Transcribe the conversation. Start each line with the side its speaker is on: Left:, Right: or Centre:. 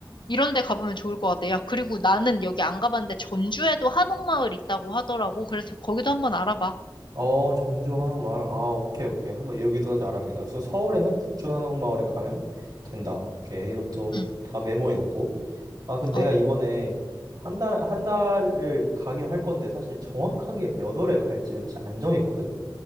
Left: 이런 데 가보면 좋을 것 같아. 야, 그리고 나는 여기 안 가봤는데 전주에도 한옥마을 있다고 하더라고. 그래서 거기도 한번 알아봐.
Right: 어, 전주 한옥마을. 아, 오케이, 오케이. 한번 여기도까지 알아야겠다. 그래서 서울에는 북촌 한옥마을에 가면 된다. 오케이. 이것도
Left: 응.
Right: 다 메모해 놓고. 아, 근데
Left: 어,
Right: 내가 이번에 한 달, 한 달을 가긴 할 건데, 사실 정확하게 몇 월에 갈지는 사실 안 정했거든?